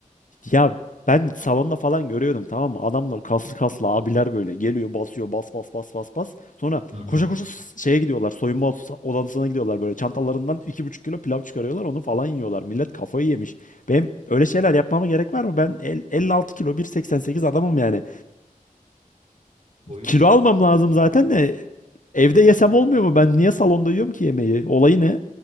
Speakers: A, on the left; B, on the right.
A: Ya ben salonda falan görüyordum tamam mı? Adamlar kaslı kaslı abiler böyle geliyor basıyor bas bas bas bas bas. Sonra
B: Hı
A: koşa
B: hı.
A: koşa s- şeye gidiyorlar soyunma odası- odasına gidiyorlar böyle çantalarından iki buçuk kilo pilav çıkarıyorlar onu falan yiyorlar. Millet kafayı yemiş. Benim öyle şeyler yapmama gerek var mı? Ben el- 56 kilo 1.88 adamım yani.
B: boyun
A: Kilo
B: da uzun
A: almam lazım zaten de evde yesem olmuyor mu? Ben niye salonda yiyorum ki yemeği? Olayı ne?